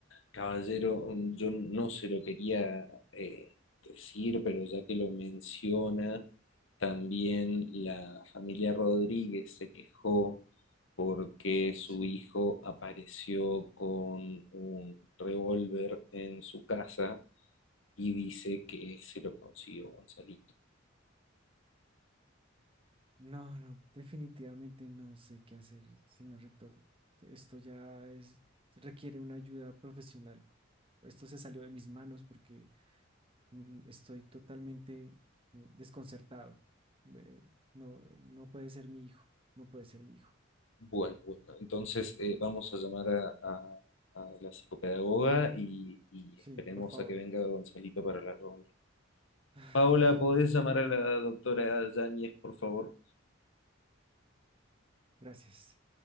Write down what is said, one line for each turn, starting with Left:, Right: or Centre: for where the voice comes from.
Left: Caballero, mm, yo no se lo quería eh, decir, pero ya que lo menciona, también la familia Rodríguez se quejó porque su
Right: Sí,
Left: hijo apareció con un revólver en su casa y dice que se lo consiguió Gonzalito.
Right: No, no, definitivamente no sé qué hacer, señor rector. Esto ya es, requiere una ayuda profesional. Esto se salió de mis manos porque mm, estoy totalmente eh, desconcertado. Eh, no, no puede ser mi hijo, no puede ser mi hijo.
Left: Bueno, bueno, entonces eh, vamos a llamar a, a- a la psicopedagoga y, y
Right: Sí,
Left: esperemos
Right: por favor.
Left: a que venga Gonzalito para la reunión.
Right: <sighs>
Left: Paola, ¿podés llamar a la doctora Yáñez, por favor?
Right: Gracias.